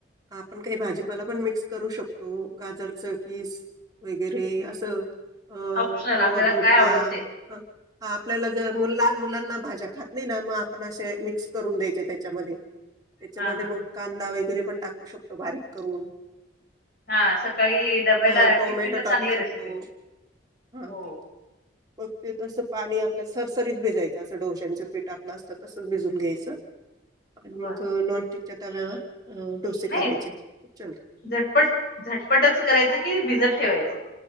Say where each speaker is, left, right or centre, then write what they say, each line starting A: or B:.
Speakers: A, on the right (about 20°); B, on the left (about 50°).
A: आपण काही भाजीपाला पण मिक्स करू शकतो गाजरचं कीस वगैरे असं अ
B: ऑप्शनल आपल्याला
A: किंवा भोपळा
B: काय आवडेल ते
A: हा आपल्याला जर मुला लहान मुलांना भाज्या खात नाही ना मग आपण असे मिक्स करून द्यायचे त्याच्यामध्ये त्याच्यामध्ये
B: हा हा
A: मग
B: हा
A: कांदा वगैरे पण टाकू शकतो बारीक करून
B: हा सकाळी डब्याला
A: ह टोमॅटो
B: टिफिनला चांगली
A: टाकू
B: रेसिपी
A: शकतो. हा
B: हो
A: मग ते तसं पाणी आपल्या सरसरीत भिजायचं असं डोश्यांचं पीठ आपलं असतं तसंच भिजून घ्यायचं आणि मग
B: बर
A: नॉनस्टिकच्या तव्यावर अ डोसे
B: नाही
A: करायचे खूप छान
B: झटपट झटपटच करायचं की भिजत ठेवायचं?